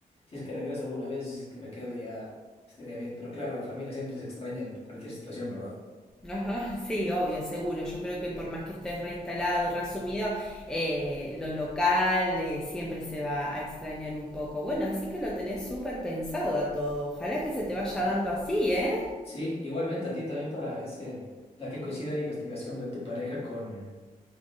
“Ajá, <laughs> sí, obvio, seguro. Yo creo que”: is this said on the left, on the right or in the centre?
Centre